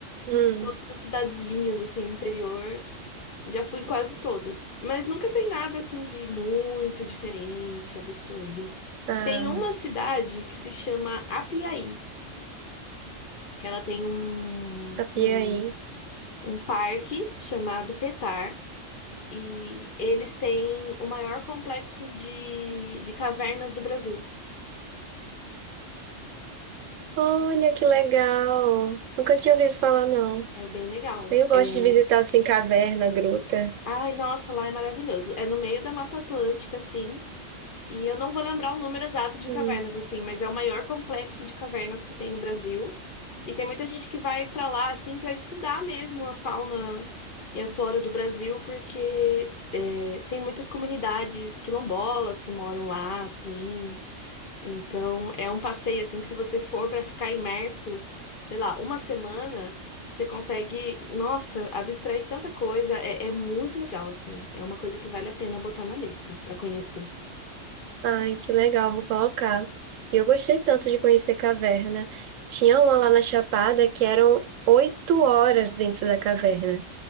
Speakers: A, on the right (about 80°); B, on the left (about 55°).
A: Hum,
B: Todas as cidadezinhas, assim, do interior. Já fui em quase todas. Mas nunca tem nada, assim, de muito diferente, absurdo.
A: ah,
B: Tem uma cidade que se chama Apiaí, que ela tem um,
A: a Piaí.
B: um, um parque chamado Petar. E eles têm o maior complexo de, de cavernas do Brasil.
A: Olha que legal! Nunca tinha ouvido falar, não.
B: É bem legal.
A: Eu gosto
B: é
A: de visitar assim caverna, gruta.
B: Ai, nossa, lá é maravilhoso. É no meio da Mata Atlântica, assim. E eu não vou lembrar o número exato de
A: Hum.
B: cavernas, assim, mas é o maior complexo de cavernas que tem no Brasil. E tem muita gente que vai pra lá, assim, pra estudar mesmo a fauna e a flora do Brasil, porque é, tem muitas comunidades quilombolas que moram lá, assim. Então, é um passeio assim que se você for para ficar imerso, sei lá, uma semana, você consegue, nossa, abstrair tanta coisa. É, é muito legal, assim. É uma coisa que vale a pena botar na lista para conhecer.
A: Ai, que legal, vou colocar. E eu gostei tanto de conhecer caverna. Tinha uma lá na Chapada que eram oito horas dentro da caverna,